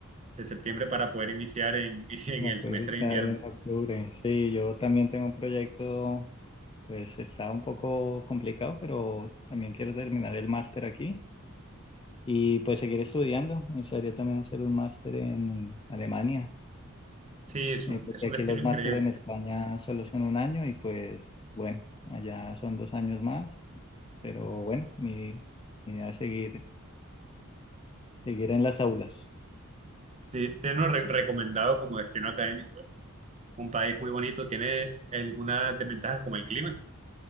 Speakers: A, on the right (about 30°); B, on the left (about 25°).
A: de septiembre para poder iniciar en <laughs> en
B: la
A: el
B: puedo
A: semestre
B: iniciar
A: de invierno.
B: en octubre. Sí, yo también tengo un proyecto, pues está un poco complicado, pero también quiero terminar el máster aquí y pues seguir estudiando. Me gustaría también hacer un máster en Alemania.
A: Sí, es
B: eh,
A: un,
B: porque
A: es un
B: aquí
A: destino
B: los
A: increíble.
B: máster en España solo son un año y pues bueno, allá son dos años más, pero bueno, mi, mi idea es seguir, seguir en las aulas.
A: Sí, te lo re- recomendado como destino académico. eh. Un país muy bonito, tiene algunas desventajas como el clima,